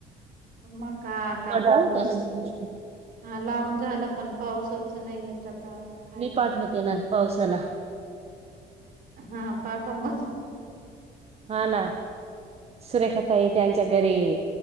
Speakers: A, on the right; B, on the right.
A: मका कापूस
B: कडधान्य का
A: हा लावून झालं पण पाऊसच. नाहीय आता काय
B: मी
A: करणं.
B: पाठवते ना पावसाला
A: हा पाठव म..
B: हा ना सुरेखा ताई त्यांच्या घरी.